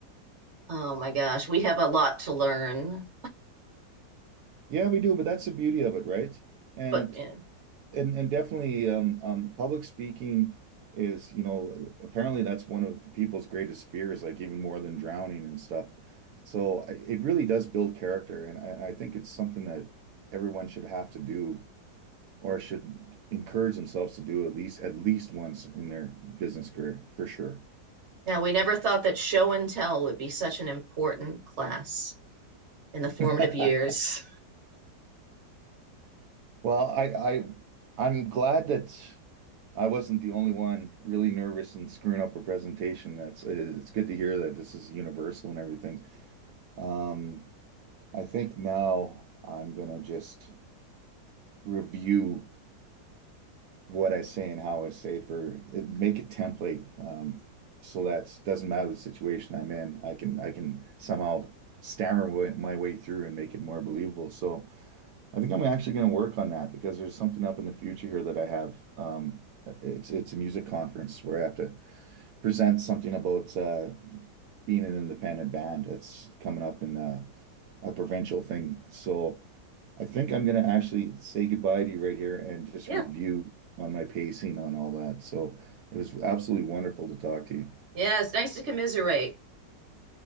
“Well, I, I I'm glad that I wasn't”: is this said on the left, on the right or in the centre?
Right